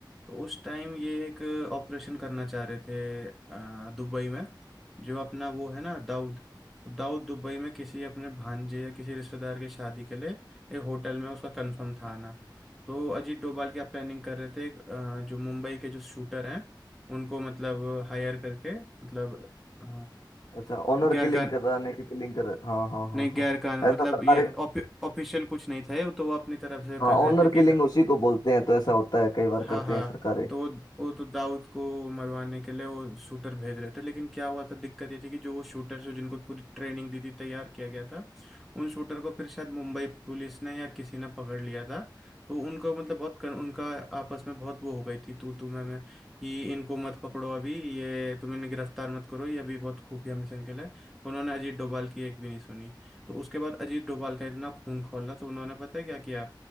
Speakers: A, in the centre; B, on the left.
A: तो उस टाइम ये एक ऑपरेशन करना चाह रहे थे अ, दुबई में जो अपना वो है ना दाऊद तो दाऊद दुबई में किसी अपने भांजे या किसी रिश्तेदार की शादी के लिए एक होटल में उसका कंफर्म था आना तो अजीत डोभाल की आप प्लानिंग कर रहे थे अ, जो मुंबई के जो शूटर हैं उनको मतलब हायर करके मतलब अ,
B: अच्छा ऑनर
A: गैर
B: किलिंग
A: कान
B: कराने की किलिंग कर हाँ हाँ हाँ
A: नहीं
B: हाँ
A: गैर कान
B: ऐसा
A: मतलब
B: सरकारें
A: ये ऑफिशियल कुछ नहीं था ये तो वो अपनी तरफ से
B: हाँ
A: कर रहे
B: ऑनर
A: थे
B: किलिंग
A: कि
B: उसी को बोलते हैं तो ऐसा होता है कई बार
A: हाँ
B: करते
A: हाँ
B: हैं सरकारें
A: तो वो वो तो दाऊद को मरवाने के लिए वो शूटर भेज रहे थे लेकिन क्या हुआ था दिक्कत ये थी कि जो वो शूटर जो जिनको पूरी ट्रेनिंग दी थी तैयार किया गया था उन शूटर को फिर शायद मुंबई पुलिस ने या किसी ने पकड़ लिया था तो उनको मतलब बहुत कर, उनका आपस में बहुत वो हो गई थी तू तू मैं मैं कि इनको मत पकड़ो अभी ये तुम इन्हें गिरफ्तार मत करो ये अभी बहुत खुफिया मिशन के लिए उन्होंने अजीत डोभाल की एक भी नहीं सुनी तो उसके बाद अजीत डोभाल का इतना खून खौला तो उन्होंने पता है क्या किया